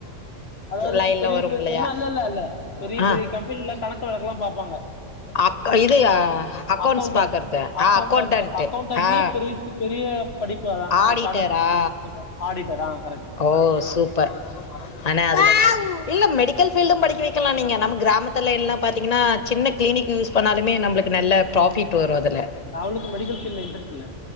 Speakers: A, on the left; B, on the left.
A: அதாவது
B: லைன்ல
A: பெரிய
B: வரும்
A: பெரி
B: இல்லையா
A: ம்ஹூம் இல்ல இல்ல பெரிய
B: ஆ
A: பெரிய கம்பெனில கணக்கு வழக்கெல்லா பாப்பாங்க
B: அக் இது அக்கௌண்ட்ஸ்
A: அக்கவுண்டன்ட்
B: பாக்கறது
A: அக்கவுண்டன்ட்
B: ஆ அக்கௌண்டன்ட்
A: அக்கவுண்டன்ட்லயே
B: ஆ
A: பெரிசு பெரிய படிப்பு அதா
B: ஆடிட்டரா
A: அ சாட்டடு அக்கௌண்ட்னு சொல்லுவாங்க ஆடிட்டர் ஆ கரெக்ட்
B: ஓ சூப்பர் ஆனா அதுல இல்ல மெடிக்கல் ஃபீல்டு படிக்க வை க்கலா நீங்க நம்ம கிராமத் த்தல எல்லா பாத்தீங்கன்னா சின்ன கிளினிக் யூஸ் பண்ணாலுமே நம்ப்ளுக்கு நல்ல ப்ராஃபிட் வரூ அது ல
A: அவளுக்கு மெடிக்கல் ஃபீல்ட்ல இன்ட்ரெஸ்ட் இல்ல